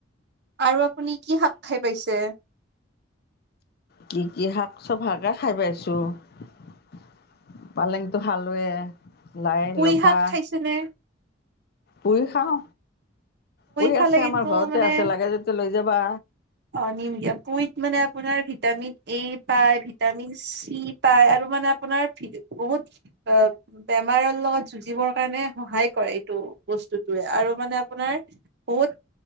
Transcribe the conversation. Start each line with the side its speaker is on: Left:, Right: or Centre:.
Right: আৰু আপুনি কি শাক খাই পাইছে <inaudible>
Left: কি কি শাক চব ভালকে খাই পাইছোঁ <inaudible> পালেংটো খালোৱে লাই,
Right: পুই
Left: লফা।
Right: শাক খাইছেনে
Left: পুই খাও পুই
Right: খালে
Left: আছে
Right: কিন্তু
Left: আমাৰ ঘৰতে
Right: মানে
Left: আছে লাগে যদি লৈ যাবা
Right: অ, নিম দিয়ক পুইত মানে আপোনাৰ ভিটামিন এ পায় ভিটামিন চি পায় আৰু মানে আপোনাৰ বহুত অ বেমাৰৰ লগত যুজিবৰ কাৰণে সহায় কৰে এইটো বস্তটোয়ে আৰু মানে আপোনাৰ বহুত